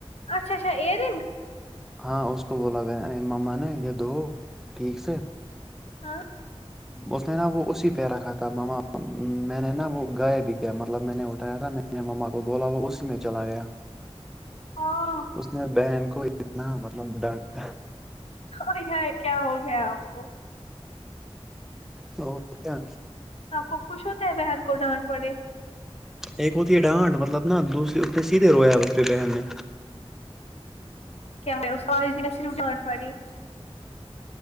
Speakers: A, on the left; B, in the centre.
A: اچھا اچھا ائیرنگ
B: ہاں اس کو بولا گیا مما نے یہ دھو ٹھیک سے
A: ہاں
B: اس نے نا وہ اسی پہ رکھا تھا ماما میں نے نا وہ گایا بھی کیا مطلب میں نے اٹھایا تھا میں مما کو بولا وہ اس میں چلا گیا
A: ہاں
B: اس نے بہن کو اتنا مطلب ڈانٹا
A: او ہائی کیا ہو گیا آپ کو
B: اور کیا
A: آپ کو خوش ہوتا ہے بہن کو ڈانٹ پڑے
B: ایک ہوتی ہے ڈانٹ مطلب نا دوسری ا پنے سیدھے رویا اس پہ بہن نے
A: کیا ہو اس آج بھی میں صرف ڈانٹ پڑھی